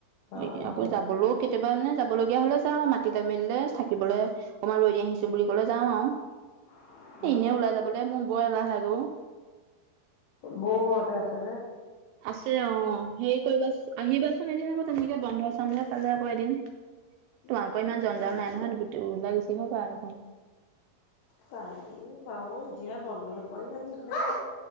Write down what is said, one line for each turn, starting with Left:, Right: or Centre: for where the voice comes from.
Left: অ
Right: এ আকৌ
Left: অ
Right: যাবলো কেতিয়াবা মানে যাব লগীয়া হলে যাওঁ মাতিলে মেলিলে থাকিবলে অকমান ৰৈ দিয়াহিছোন বুলি কলে যাওঁ আৱ
Left: <inaudible>
Right: এ এনে ওলাই যাবলে মোন বৰ এলাহ লাগে অ
Left: বৌ ঘৰতে আছে
Right: আছে অ হেৰি কৰিবা চো আহিবাচোন এদিন আকৌ তেনেকে বন্ধ চন্ধে পালে আকৌ এদিন
Left: <inaudible>
Right: তো আকৌ ইমান
Left: নে?
Right: জঞ্জাল নাই নহয় গোটেই ওলাই গৈছি আহিব পাৰা দেখোন
Left: পাই বাৰু এতিয়া বন্ধত বই ইমান দিন নে